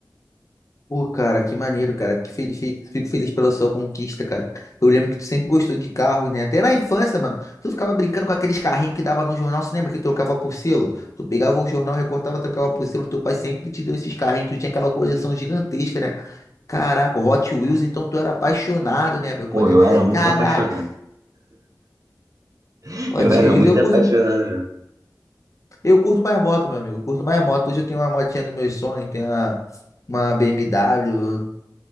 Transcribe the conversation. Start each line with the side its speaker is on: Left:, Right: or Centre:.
Left: Pô, cara, que maneiro, cara. Que feliz, fi- fico feliz pela sua conquista, cara. Eu lembro que tu sempre gostou de carros, né? Até na infância, mano. Tu ficava brincando com aqueles carrinhos que dava no jornal. Você lembra que trocava por selo? Tu pegava o jornal, recortava, trocava por selo. Teu pai sempre te deu esses carrinhos. Tu tinha aquela coleção gigantesca, né? Caraca, Hot Wheels, então tu era apaixonado, né, meu colega?
Right: Pô, eu era muito
Left: Caraca,
Right: apaixonado. <laughs>
Left: Hot
Right: Eu era
Left: Wheels,
Right: muito
Left: eu curto,
Right: apaixonado mesmo.
Left: eu curto mais moto, meu amigo. eu Curto mais moto. Hoje eu tenho uma motinha dos meus sonhos, tenho uma, uma BMW